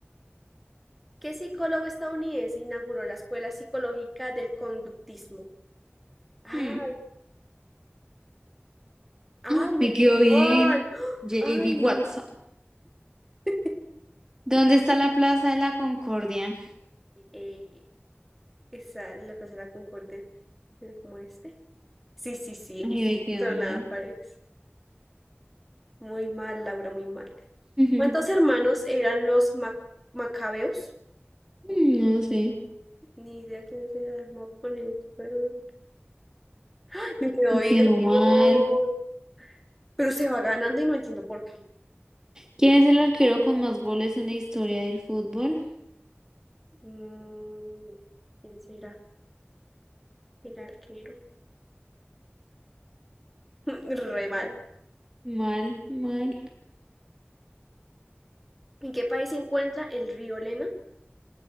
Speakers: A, in the centre; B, on the right (about 15°).
A: ¿Qué psicólogo estadounidense inauguró la Escuela Psicológica del Conductismo? Ay,
B: Hmm. <gasps>
A: ay,
B: ¡Ah!
A: me
B: Me quedó
A: quedó
B: bien.
A: mal. <gasps>
B: JB
A: ¡Ah! Ay.
B: Watson.
A: <laughs>
B: ¿Dónde está la Plaza de la Concordia?
A: Eh, Esa, la Plaza de la Concordia. Era como este. Sí, sí, sí.
B: Ay, me quedó
A: Sonaba
B: mal.
A: París. Muy mal, Laura, muy mal.
B: Ujú.
A: ¿Cuántos hermanos eran los ma- macabeos?
B: Mm, No sé,
A: Ni idea quiénes eran. No, poner aquí, pero- ¡Ay! me quedó
B: me
A: bien.
B: quedó mal.
A: ¡Oh! Pero se va ganando y no entiendo por qué.
B: ¿Quién es el arquero con más goles en la historia del fútbol?
A: Mm, ¿quién será? El arquero. <laughs> Re mal.
B: Mal, mal.
A: ¿En qué país se encuentra el río Lena?